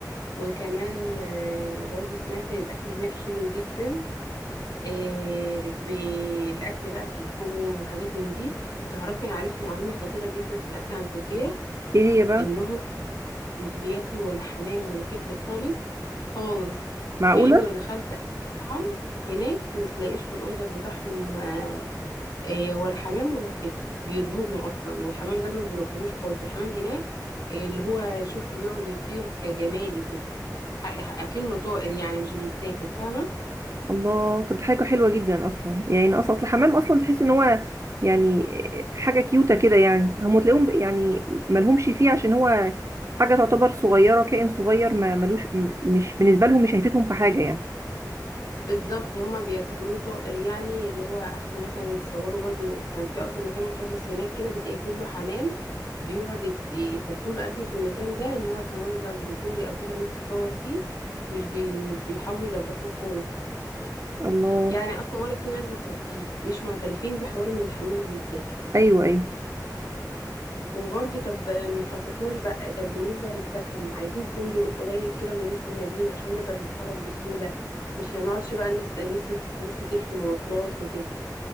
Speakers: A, on the left (about 65°); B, on the right (about 45°).
A: وكمان آه، برضو سمعت الاكل هناك حلو جدا آه، بالاكل بقى كلحوم وحاجات من دي وتعرفي انا عرفت معلومه خطيره جدا في الاكل عن تركيا
B: ايه هي بقى
A: انهم مش بياكلوا ولا حمام ولا كبد خالص خالص
B: معقوله
A: يعني انت لو دخلت اي مطعم هناك متلاقيش في الاوردر بتاعهم آه، آه، ولا حمام ولا كبد بيرموهم اصلا والحمام ده ما بيربوش خالص الحمام هناك آه، اللي هو شفت بيقعد يطير كجمالي كده ح- ح- اكنه طائر يعني مش بيتاكل فاهمه
B: الله طب دي حاجه حلوه جدا اصلا يعني اصلا اصل الحمام اصلا تحس ان هو يعني حاجه كيوته كده يعني هم تلاقيهم ب- يعني مالهمش فيه عشان هو حاجه تعتبر صغيره كائن صغير ما ملوش م- مش بالنسبه لهم مش هيفيدهم في حاجه يعني
A: بالظبط هما بيعتبروه طائر يعني اللي هو اخره مثلا تصوروا برضو كان في اصلا مكان مخصص هناك كده بتلاقيه كله حمام بيقعد يحطوا له اكل في المكان ده ان هو كمنظر ديكوري او كده الناس تتصور فيه مش بي مش بيحاولوا يدبحوه خالص
B: الله
A: يعني اصلا ولا في ناس بتربيه مش معترفين بحوار ان الحمام بيتاكل
B: ايوه ايوه
A: وبرضه طب مخططناش بقى طب بالنسبة للسكن عايزين فندق قريب كده من وسط المدينة عشان نقدر نتحرك بسهولة مش هنقعدش بقى نس- نصرف فلوس كتير في المواصلات وكده